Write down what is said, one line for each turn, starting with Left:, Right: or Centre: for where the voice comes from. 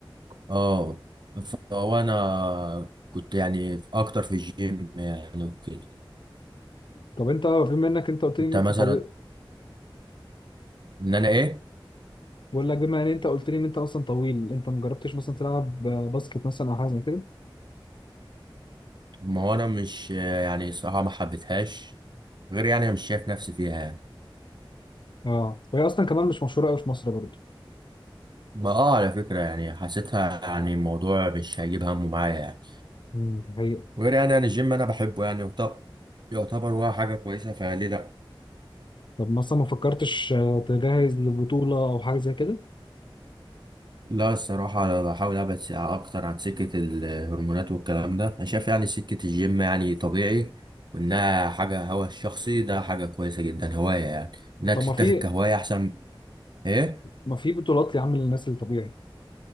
Right: اه فهو انا كنت يعني اكتر في الجيم يعني وكده
Left: طب انت بما انك انت قلت
Right: انت
Left: لي ان انت
Right: مثلا
Left: طبيب
Right: ان انا ايه؟
Left: بقول لك بما ان انت قلت لي ان انت اصلا طويل انت ما جربتش مثلا تلعب باسكت مثلا او حاجه زي كده
Right: ما هو انا مش يعني صراحة ما حبيتهاش غير يعني انا مش شايف نفسي فيها يعني
Left: اه وهي اصلا كمان مش مشهوره قوي في مصر برضه
Right: ما اه على فكرة يعني حسيتها يعني الموضوع مش هيجيب همه معايا يعني
Left: امم دي حقيقه
Right: غير يعني انا الجيم انا بحبه يعني وطب يعتبر هو حاجة كويسة فليه لا
Left: طب مثلا ما فكرتش آه، تجهز لبطوله او حاجه زي كده
Right: لا الصراحة أنا بحاول أبعد أكتر عن سكة الهرمونات والكلام ده أنا شايف يعني سكة الجيم يعني طبيعي وإنها حاجة هوا الشخصي ده حاجة كويسة جدا هواية يعني إنها
Left: طب
Right: تتاخد
Left: ما في
Right: كهواية أحسن إيه؟
Left: ما في بطولات يا عم للناس الطبيعي